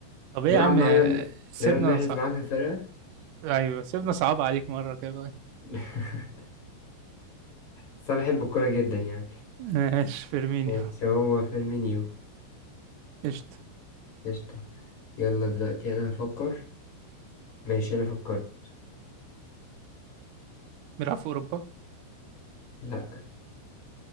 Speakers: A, on the right (about 85°); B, on the left (about 40°).
A: طب ايه
B: بيلعب
A: يا عم
B: مع
A: آه،
B: ريال
A: سيبنا
B: رياض محرز
A: صح
B: معاه في الفرقة
A: ايوه سيبنا صعب عليك مرة كده
B: <laughs> بس أنا بحب الكورة جدا يعني
A: ماشي فيرمينيو
B: ماشي هو فيرمينيو
A: قشطة
B: قشطة يلا دلوقتي أنا هفكر ماشي أنا فكرت
A: بيلعب في أوروبا
B: لا